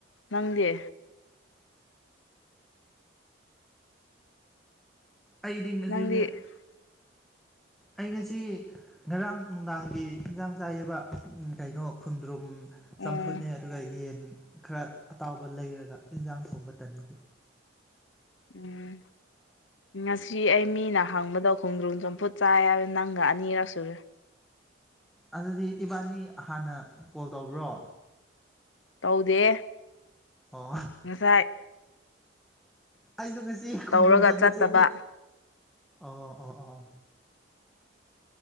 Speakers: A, on the left; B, in the centre.
A: ꯅꯪꯗꯤ
B: ꯑꯩꯗꯤ ꯉꯁꯤꯗ
A: ꯅꯪꯗꯤ <inaudible>
B: ꯑꯩ ꯉꯁꯤ ꯉꯔꯥꯡ ꯅꯨꯡꯗꯥꯡꯒꯤ ꯍꯤꯟꯖꯥꯡ ꯆꯥꯏꯌꯦꯕ ꯀꯩꯅꯣ ꯈꯨꯟꯗ꯭ꯔꯨꯝ ꯆꯝꯐꯨꯠꯅꯦ
A: ꯎꯝ
B: ꯑꯗꯨꯒ ꯌꯦꯟ ꯈꯔ ꯑꯇꯥꯎꯕ ꯂꯩꯔꯒ ꯏꯟꯖꯥꯡ ꯊꯣꯡꯕ ꯇꯟꯕꯒꯤ
A: ꯎꯝ ꯉꯁꯤ ꯑꯩ ꯃꯤꯅ ꯍꯪꯕꯗꯣ ꯈꯣꯡꯗ꯭ꯔꯨꯝ ꯆꯝꯐꯨꯠ ꯆꯥ ꯍꯥꯏꯔꯦ ꯅꯪꯒ ꯑꯅꯤꯔꯛ ꯁꯨꯔꯦ
B: ꯑꯗꯨꯗꯤ ꯏꯕꯥꯅꯤ ꯍꯥꯟꯅ ꯀꯣꯜ ꯇꯧꯕ꯭ꯔꯣ
A: ꯇꯧꯗꯦ
B: ꯑꯣ
A: ꯉꯁꯥꯏ
B: ꯑꯩꯁꯨ ꯉ ꯈꯪꯗ꯭ꯔꯝꯖ
A: ꯇꯧꯔꯒ ꯆꯠꯇꯕ
B: ꯆꯦ ꯃꯤ ꯑꯣ ꯑꯣ ꯑꯣ